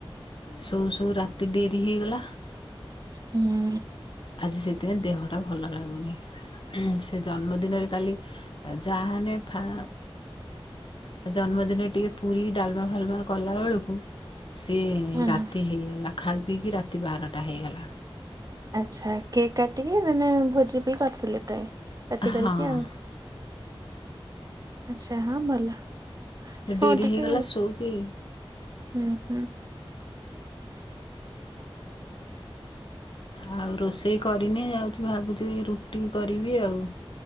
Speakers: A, on the left; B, on the right.
A: ସୋଉ ସୋଉ ରାତି ଡେରି ହେଇଗଲା।
B: ହୁଁ
A: ଆଜି ସେଥିପାଇଁ ଦେହ ଟା ଭଲ ଲାଗୁନି। ସେ ଜନ୍ମ ଦିନରେ କାଲି ଯାହାନେ ଫା ତା ଜନ୍ମଦିନରେ ଟିକେ ପୁରୀ ଡାଲମା ଫାଲମା କଲା ବେଳକୁ ସିଏ
B: ହଁ
A: ରାତି ହେଇଗଲା। ଖାଇ ପିଇକି ରାତି ବାରଟା ହେଇଗଲା।
B: ଆଛା, କେକ୍ କାଟିକି ମାନେ ଭୋଜି ବି କରିଥିଲେ ପ୍ରାୟ ପାଟି
A: ହଁ
B: କରିକି ଆଉ ଆଛା ହଁ ଭଲ।
A: ସେ
B: ହଁ
A: ଡେରି
B: ଟିକେ
A: ହେଇଗଲା ଶୋଇକି
B: ହୁଁ ହୁଁ
A: ଆଉ ରୋଷେଇ କରିନି ଯାଉଛି ଭାବୁଛି ରୁଟି କରିବି ଆଉ